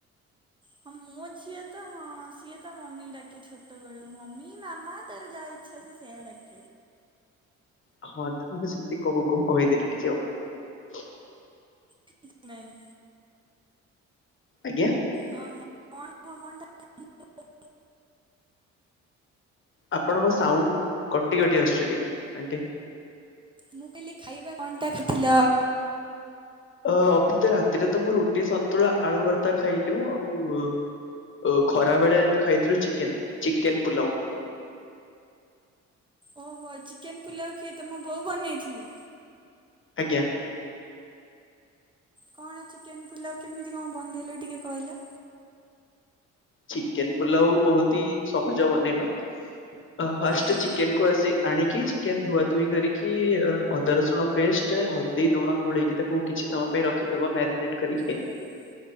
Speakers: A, on the right; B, on the left.
A: ହଁ ମୋ ଝିଅ ତ ହଁ ସିଏ ତ ମମି ଡାକେ ଛୋଟ ବେଳୁ ମମି ମାମା ତାର ଯାହା ଇଛା ସେଇଆ ଡାକେ।
B: ହଁ ତ ସେମିତି କହୁ କହୁ କହିଦେଲି ଟିକେ ଆଉ।
A: କିଛି ନାଇଁ।
B: ଆଜ୍ଞା।
A: ହଁ ହଁ କଣ କ କଣା <unintelligible>
B: ଆପଣଙ୍କ ସାଉଣ୍ଡ କଟି କଟି ଆସୁଛି ଟିକେ ଆଣ୍ଟି।
A: ମୁଁ କହିଲି ଖାଇବା କଣଟା <unintelligible> ଖାଇଥିଲ?
B: ଅ ଅଭି ତ ରାତିରେ ତ ମୁଁ ରୁଟି ସନ୍ତୁଳା ଆଳଭର୍ତା ଖାଇଲୁ ଆଉ ଓ ଖରା ବେଳେ ଆମେ ଖାଇଥିଲୁ ଚିକେନ୍ ଚିକେନ୍ ପୁଲାଉ।
A: ଓହୋ ଚିକେନ୍ ପୁଲାଉ କିଏ ତମ ବୋଉ ବନେଇଥିଲେ?
B: ଆଜ୍ଞା।
A: କଣ ଚିକେନ୍ ପୁଲାଉ କେମିତି କଣ ବନେଇଲେ ଟିକେ କହିଲ?
B: ଚିକେନ୍ ପଲାଉ ବହୁତ ହି ସହଜ ବନେଇବା। ଅ ଫାଷ୍ଟ
A: ହୁଁ
B: ଚିକେନ୍ କୁ ଆସି ଆଣିକି ଚିକେନ ଧୁଆ ଧୁଇ କରିକି ଅଦା ରସୁଣ ପେଷ୍ଟ ହଳଦୀ ଲୁଣ ଗୋଳେଇକି ତାକୁ କିଛି ସମୟ ପାଇଁ ରଖିଦଵା ମ୍ୟାରିନେଟ୍ କରିକି।
A: ଆଜ୍ <inaudible>